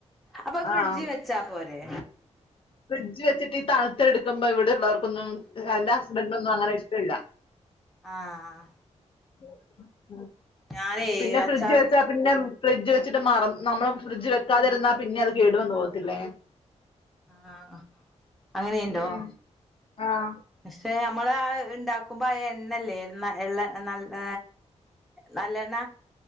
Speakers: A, in the centre; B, on the left.
A: അപ്പ അത്
B: ആഹ്
A: ഫ്രിഡ്ജ് വെച്ചാ പോരെ
B: ഫ്രിഡ്ജ് വച്ചിട്ട് തണുത്തെടുക്കുമ്പോ ഇവി ടള്ളവർക്കൊന്നും ആ ൻ്റെ ഹസ്ബന്റിനൊന്നും അങ്ങനെ ഇഷ് ടല്ല
A: ആഹ്
B: <inaudible>
A: ഞാനേ
B: പിന്നെ
A: അച്ചാർ
B: ഫ്രിഡ്ജ് വെച്ചാ പിന്നെ ഫ്രിഡ്ജ് വച്ചിട്ട് മറ നമ്മള് ഫ്രിഡ്ജ് വെക്കാതിരിന്നാ പിന്നെ അത് കേടുവന്ന് പോകത്തില്ലേ
A: ആ അങ്ങനീണ്ടോ
B: ഉം ആഹ്
A: പക്ഷെ നമ്മൾ ആ ഉണ്ടാക്കുമ്പോ ആ എണ്ണല്ലേ എണ്ണ എള്ളെ നല്ല നല്ലെണ്ണ